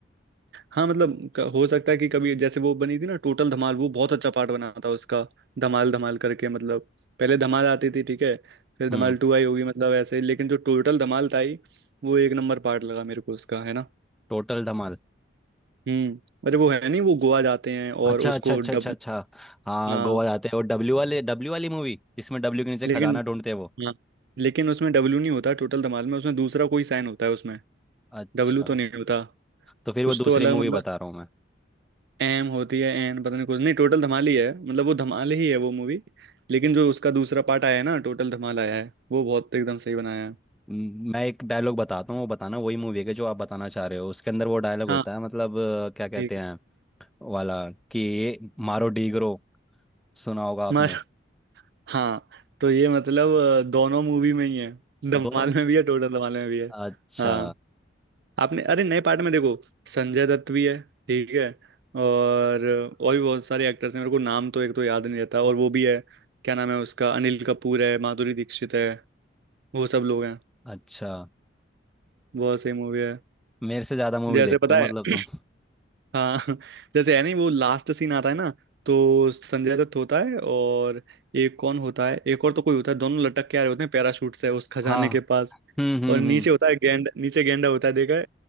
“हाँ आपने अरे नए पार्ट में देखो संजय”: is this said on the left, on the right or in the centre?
Right